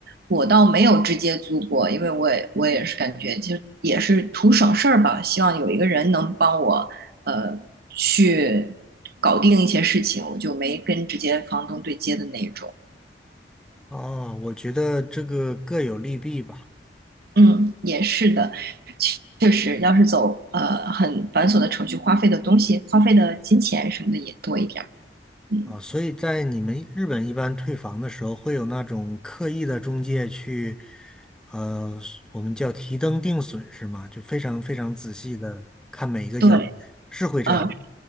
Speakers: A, on the right; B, in the centre.
A: 我倒没有直接租过，因为我也我也是感觉就也是图省事儿吧，希望有一个人能帮我呃去搞定一些事情，我就没跟直接房东对接的那种。
B: 啊？我觉得这个各有利弊吧
A: 嗯，也是的，确确实，要是走呃很繁琐的程序，花费的东西、花费的金钱什么的也多一点儿。嗯，
B: 啊，所以在你们日本一般退房的时候，会有那种刻意的中介去呃，我们叫提灯定损是吗？就非常非常仔细的看每一个角落，
A: 对，
B: 是会这样。
A: 嗯、